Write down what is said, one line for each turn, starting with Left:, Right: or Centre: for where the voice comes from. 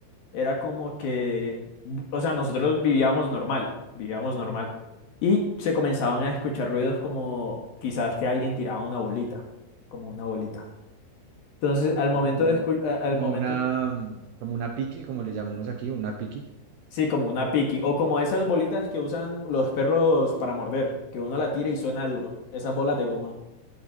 Left: era como que, o sea, nosotros vivíamos normal, vivíamos normal. Y se comenzaban a escuchar ruidos como quizás que alguien tiraba una bolita, como una bolita. Entonces, al
Right: Como,
Left: momento de escu- a- al
Right: como
Left: momento,
Right: una, mm, como una piqui, como le llamamos aquí, una piqui.
Left: sí, como una piqui, o como esas bolitas que usan los perros para morder, que uno la tira y suena duro, esas bolas de goma.